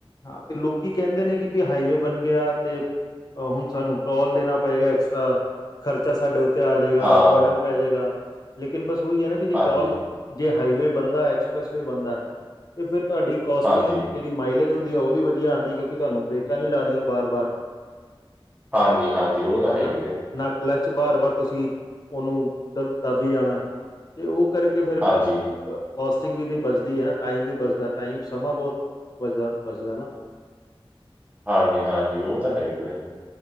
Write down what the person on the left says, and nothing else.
ਹਾਂ, ਤੇ ਲੋਕੀ ਕਹਿੰਦੇ ਨੇ ਕਿ ਵੀ ਹਾਈਵੇ ਬਣ ਗਿਆ ਤੇ ਹੁਣ ਸਾਨੂੰ ਟੋਲ ਦੇਣਾ ਪਏਗਾ ਐਕਸਟਰਾ ਖਰਚਾ ਸਾਡੇ ਉੱਤੇ ਆ ਜਾਏਗਾ
ਬਰਡਨ ਪੈ ਜਾਏਗਾ। ਲੇਕਿਨ ਬਸ ਉਹੀ ਹੈ ਨਾ ਕਿ ਜੇ
ਟੋਲ ਜੇ ਹਾਈਵੇ ਬਣਦਾ ਐਕਸਪ੍ਰੈਸ ਵੀ ਬਣਦਾ ਤੇ ਫਿਰ ਤੁਹਾਡੀ ਕੋਸਟਿੰਗ
ਜਿਹੀ ਮਾਈਲੇਜ ਹੁੰਦੀ ਉਹ ਵੀ ਵਧੀਆ ਆਉਂਦੀ ਕਿਉਂਕ ਤੁਹਾਨੂੰ ਬਰੇਕਾਂ ਨੀ ਲਾਣੀਆਂ ਬਾਰ ਬਾਰ
ਹਨਾ
ਨਾ ਕਲਚ ਬਾਰ ਬਾਰ ਤੁਸੀਂ ਉਹਨੂੰ ਦਬ ਦੱਬ ਹੀ ਜਾਣਾ ਤੇ ਉਹ ਕਰਕੇ ਕਿ ਫੇਰ
ਕੋਸਟਿੰਗ ਵੀ ਤਾਂ ਬਚਦੀ ਹੈ ਨਾ ਟਾਈਮ ਵੀ ਬਚਦਾ ਟਾਈਮ ਸਮਾਂ ਬਹੁਤ ਬਚਦਾ ਬਚਦਾ ਹੈ ਨਾ